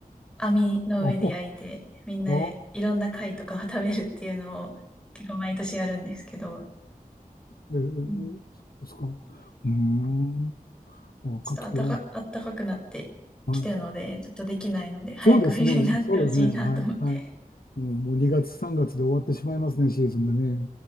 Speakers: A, in the centre; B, on the left.
A: 網の上で焼いて、
B: あ、あ、
A: みんなでいろんな貝とかを食べるっていうのを結構毎年やるんですけど、
B: あ、あ、えー、
A: うん、
B: そうですか。うーん、お、かきは、
A: ちょっとあったか、あったかくなってきてるので、
B: はい。
A: ちょっとできないので、早く冬になってほしいなと思って。
B: そうですね、そうですね、はい、はい。うん、もう2月、3月で終わってしまいますね、シーズンがね。